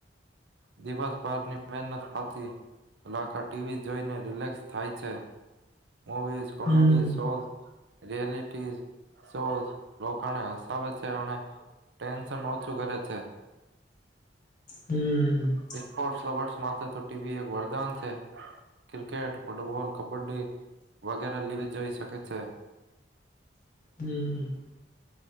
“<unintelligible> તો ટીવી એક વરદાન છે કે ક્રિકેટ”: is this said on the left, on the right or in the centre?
Right